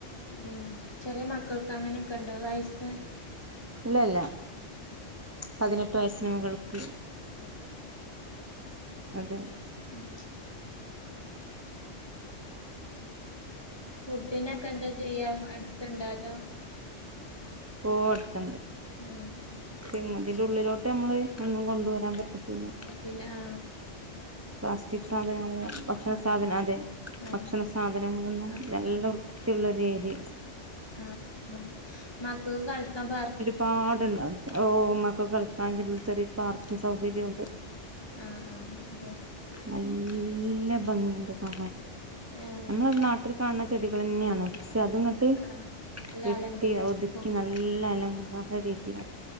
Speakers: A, on the left; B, on the right.
A: ഉം ചെറിയ മക്കൾക്ക് അങ്ങനെയൊക്കെ ണ്ടോ വയസ്സ്
B: ല്ലല്ല പതിനെട്ട് വയസിന് മൂകൾക്ക്
A: അഹ്
B: അതെ
A: ഉം ഫുഡിനൊക്കെ എന്താ ചെയ്യാ അടുത്തണ്ട അതോ
B: ഓ അടുത്തണ്ട്
A: ഉം
B: പിന്നെതിന്റെ ഉള്ളിലോട്ട് നമ്മള് ഒന്നും കൊണ്ടുവരാൻ പറ്റത്തില്ല
A: ഇല്ല ആഹ്
B: പ്ലാസ്റ്റിക് സാധനങ്ങള് ഭക്ഷണ സാധന അതെ
A: ആഹ്
B: ഭക്ഷണ- സാധനങ്ങളൊന്നും
A: ആഹ് ആഹ്
B: നല്ല വൃത്തിയുള്ളൊ ഒരു ഏര്യ
A: ആ മക്ക ക്ക്കളിക്കാൻ പാർക്-
B: പാടുണ്ട് ഓമക്കക്ക് കളിക്കാനതിനുള്ളിൽ ചെറിയ പാർക്ക് സൗകര്യം ണ്ട്
A: ആഹ് ആഹ് അതെ
B: നല്ല ഭംഗിണ്ട് കാണാൻ
A: ഏഹ്
B: നമ്മളത് നാട്ടിൽ കാണ- ചെടികളെന്നെയാണ് പക്ഷെ അത്ങ്ങട്ട്
A: ആഹ് നല്ല
B: വെട്ടി
A: അലങ്കരിച്ചേക്കും
B: ഒതുക്കിനല്ല- എല്ല അലങ്കാര രീതി-